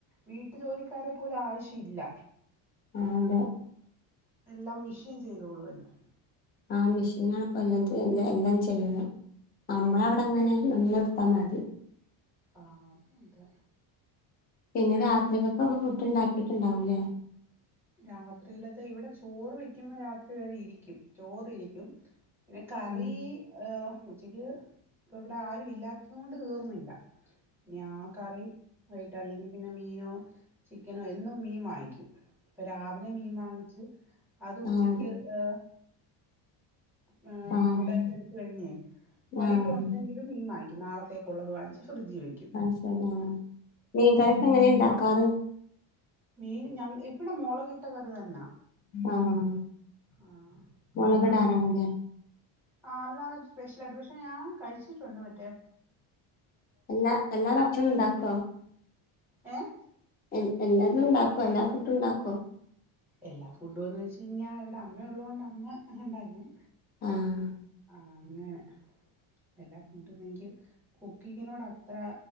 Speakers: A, in the centre; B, on the left (about 20°).
A: വീട്ടു ജോലിക്കാരെ പോലും ആവശ്യ ഇല്ല
B: ആഹ് അതെ
A: എല്ലാം മിഷിൻ ചെയ്തോളുല്ലോ
B: ആഹ് മിഷീനാണ്പ്പോ എല്ലാം എല്ലാം ചെയ്യുന്നെ നമ്മളവിടെങ്ങനെ
A: ആഹ്
B: നിന്ന് കൊടുത്തമതി
A: ആഹ് അതെ
B: പിന്നെ രാത്രികെക്കോക്കെ ഫുഡ് ഇണ്ടാക്കിട്ടുണ്ടാവൂല്ലേ
A: രാത്രിയിലത്തെ ഇവിടെ ചോറ് വെക്കുമ്പോ രാത്രി വരെ ഇരിക്കും ചോറിരിക്കും പിന്നെ കറി
B: ആഹ്
A: ങ് ഉച്ചക്ക് ഇപ്പ ഇവിടെ ആരു ഇല്ലാ ത്തോണ്ട് തീർന്നില്ല ഇനി ആഹ് കറി വയ്ട്ട് അല്ലെങ്കിൽ പിന്നെ മീനോ ചിക്കനോ എന്നും മീൻ വാങ്ങിക്കും പ്പോ രാവിലെ മീൻ വാങ്ങിച്ച് അത് ഉച്ചക്ക്
B: ആഹ്
A: ങ് ങ്
B: ആഹ്
A: കൂടെ എടുത്ത് കഴിഞ്ഞേ വൈകിട്ട്
B: ആഹ്
A: ഉണ്ടെങ്കിലും മീൻ വാങ്ങിക്കും നാളത്തേക്കുള്ളത് വാങ്ങിച്ചു ഫ്രഡ്ജി വെക്കിം
B: അത് ശരി ആഹ് മീൻ കറി ഒക്കെ എങ്ങനെ ഇണ്ടാക്കാറ്
A: മീൻ ഞാ ഇവിടെ മുളകിട്ട കറി തന്നാ
B: ആഹ്
A: ആഹ്
B: മുളകിടാറാണല്ലേ
A: അല്ലാതെ <unintelligible> ആഹ് അല്ലാതെ സ്പെഷ്യലായിട്ട് പക്ഷെ ഞാൻ കഴിച്ചിട്ടുണ്ട് മറ്റെ
B: എല്ലാ എല്ലാ ഭക്ഷണം ഉണ്ടാക്കുവോ
A: ഏഹ്
B: എ എല്ലാതും ഇണ്ടാക്കോ എല്ലാ ഫുഡും ഇണ്ടാക്കോ?
A: എല്ലാ ഫുഡുംന്ന് വെച്ച് കഴിഞ്ഞാൽ ഇവിടെ അമ്മ ഉള്ളതത് കൊണ്ട് അമ്മ ഉണ്ടകും
B: ആഹ്
A: ആഹ് അങ്ങനെ എല്ലാ ഫുഡും എനിക്ക് കുക്കിങ്ങിനോട് അത്ര